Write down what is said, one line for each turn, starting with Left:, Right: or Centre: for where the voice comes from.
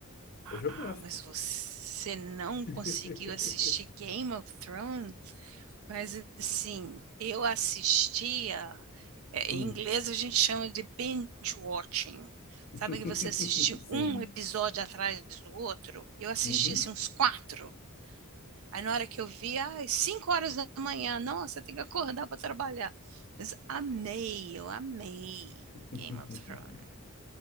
Left: Hoje eu
Right: Ah,
Left: gosto.
Right: mas você não conseguiu
Left: <laughs>
Right: assistir Game of Thrones? Mas assim, eu assistia. é,
Left: Hum.
Right: Em inglês a gente chama de binge watching.
Left: <laughs>
Right: Sabe que você assistiu
Left: Sim.
Right: um episódio atrás do outro? Eu assisti
Left: Uhum.
Right: assim, uns quatro. Aí na hora que eu vi, às cinco horas da manhã, nossa, tem que acordar para trabalhar. Mas amei, eu amei
Left: <laughs>
Right: Game of Thrones.